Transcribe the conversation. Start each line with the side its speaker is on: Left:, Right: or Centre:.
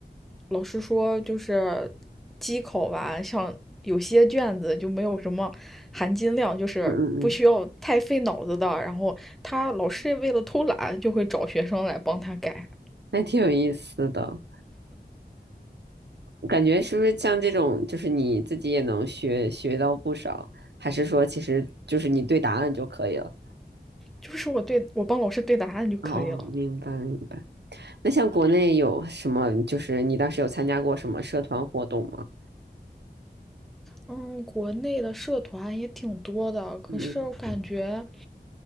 Centre: 老师说，就是机考吧，像有些卷子就没有什么含金量，就是不需要太费脑子的。
Right: 嗯嗯嗯，
Centre: 然后他老师为了偷懒，就会找学生来帮他改，
Right: 还挺有意思的，感觉是不是像这种，就是你自己也能学学到不少，还是说其实就是你对答案就可以了？
Centre: 就是我对我帮老师对答案就可以了。
Right: 哦，明白明白。那像国内有什么？就是你当时有参加过什么社团活动吗？
Centre: 嗯，国内的社团也挺多的，可是我感觉
Right: 嗯，